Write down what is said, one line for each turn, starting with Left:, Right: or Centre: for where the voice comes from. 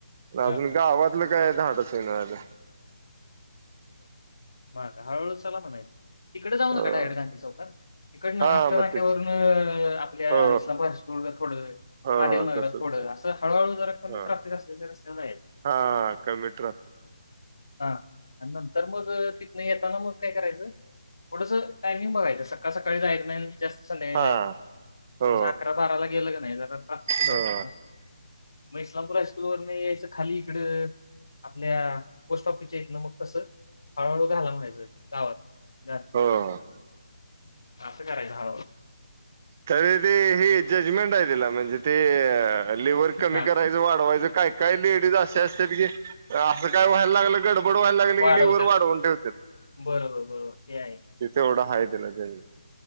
Left: हां.
Right: आजून गावातलं काय धाडस होऊन झाले
Left: हळू चला म्हण्याचं तिकडे जाऊ नका
Right: अ
Left: म्हणा डायरेक्ट गांधी चौकात इकड
Right: हा
Left: आष्टा
Right: मग
Left: नाक्यावरून
Right: तेच
Left: आपल्या
Right: हो
Left: इस्लाबादकूल थोड थोड
Right: हो हो
Left: महादेव नगरांत
Right: तसच
Left: थोडं
Right: काय
Left: असं हळूहळू जरा कमी
Right: ह
Left: करता ट्राफिक असले तर रस्त्यावर जायचं
Right: हा कमीट्रफ
Left: हा नंतर मग तीथू येताना मग काय करायचं थोडस टायमिंग बघायचं सकाळ सकाळी जायचं नाही तर संध्याकाळी
Right: हा
Left: जायचं
Right: हो
Left: थोडंसं अकरा बाराला गेलं की थोडंसं ट्राफिक कमी
Right: हो
Left: असते ना मग इस्लामपूर हायस्कूलवर नाही यायचं खाली इकडं आपल्या पोस्ट ऑफिसच्या इथलं मग तसं हळू हळू घालाऊन द्यायचे गावांत जास्त
Right: हो हो.
Left: असं करायचं हळूहळू
Right: तरी ते हे जजमेंट दिले आहे तिला म्हणजे ते लीव्हर कमी
Left: हां,
Right: करायचं वाढवायचं काय काय लेडीज असे असतात की असं काय व्हायला लागलं गड बडवायला लागले
Left: वाढवतात.
Right: की लिव्हर वाढउन ठेवतात
Left: बरोबर, बरोबर. ते आहे.
Right: ते एवढं हातचं दिला जाईल